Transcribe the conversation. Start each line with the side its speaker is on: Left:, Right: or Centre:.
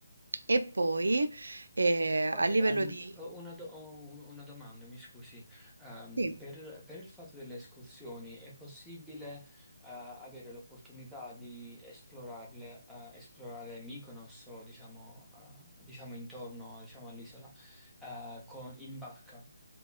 Right: E poi eh,
Centre: Poi,
Right: a livello
Centre: ehm,
Right: di...
Centre: ho una, do- ho un- una domanda, mi scusi. Ehm,
Right: Sì,
Centre: per, per il fatto delle escursioni, è possibile, eh, avere l'opportunità di esplorarle, eh, esplorare Mykonos o, diciamo, eh, diciamo intorno, diciamo, all'isola, eh, con- in barca?